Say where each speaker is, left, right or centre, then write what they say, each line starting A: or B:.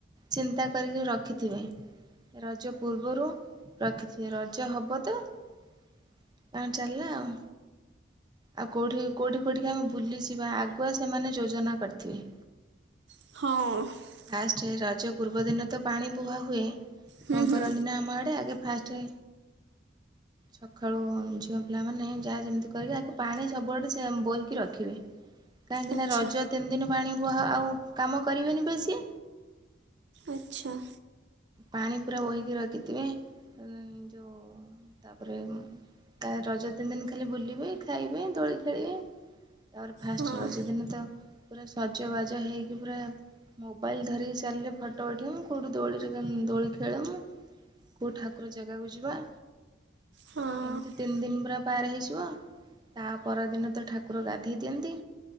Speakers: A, on the right (about 20°); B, on the right (about 65°).
A: ଚିନ୍ତା କରିକି ରଖିଥିବେ ରଜ ପୂର୍ବରୁ ରଖିଥିବେ ରଜ ହବ ତ ତାଙ୍କର ଚାଲିଲା ଆଉ। ଆଉ କୋଉଠି କୋଉଠି କୋଉଠି ଆମେ ବୁଲିଯିବା ଆଗୁଆ ସେମାନେ ଯୋଜନା କରିଥିବେ।
B: ହଁ।
A: ଫାଷ୍ଟ ରଜ ପୂର୍ବଦିନ ତ ପାଣି ବୁହା ହୁଏ। କଣ
B: ହୁଁ
A: କରନ୍ତି
B: ହୁଁ
A: ନା ଆମ ଆଡ଼େ ଆଗେ ଫାଷ୍ଟ ସକାଳୁ ଝିଅ ପିଲାମାନେ ଯାହା ଯେମିତି କରିକି ଆଗ ପାଣି ସବୁଆଡ଼େ ବୋହିକି ରଖିବେ। କାହିଁକି
B: ଆଚ୍ଛା
A: ନା ରଜ ତିନି ଦିନ ପାଣି ବୁହା ଆଉ କାମ କରିବେନି ବେଶି
B: ଆଚ୍ଛା।
A: ପାଣି ପୁରା ବୋହିକି ରଖିଥିବେ ଯେଉଁ ତାପରେ ତା ରଜ ତିନି ଦିନ ଖାଲି ବୁଲିବେ ଖାଇବେ ଦୋଳି ଖେଳିବେ ତାପରେ ଫାଷ୍ଟ
B: ହଁ
A: ରଜ ଦିନ ତ ପୁରା ସଜବାଜ ହେଇକି ପୁରା ମୋବାଇଲ ଧରିକି ଚାଲିଲେ ଫଟୋ ଉଠିବ ମୁଁ କୋଉଠି ଦୋଳିି ଦୋଳି ଖେଳ ମୁ କୋଉ ଠାକୁର ଜାଗାକୁ ଯିବା
B: ହଁ ଆ
A: ଏମିତି ତିନି ଦିନ ପୁରା ପାର ହେଇଯିବ। ତା ପରଦିନ ତ ଠାକୁର ଗାଧେଇ ଦିଅନ୍ତି